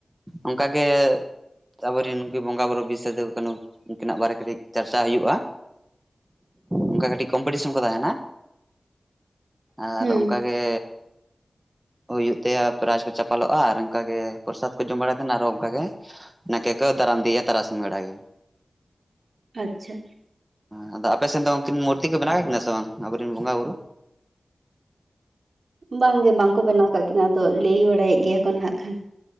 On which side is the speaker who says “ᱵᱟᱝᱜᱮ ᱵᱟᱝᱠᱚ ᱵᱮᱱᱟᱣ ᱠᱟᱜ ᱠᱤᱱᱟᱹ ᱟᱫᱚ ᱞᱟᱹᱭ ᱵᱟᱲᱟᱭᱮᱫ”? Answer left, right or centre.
Right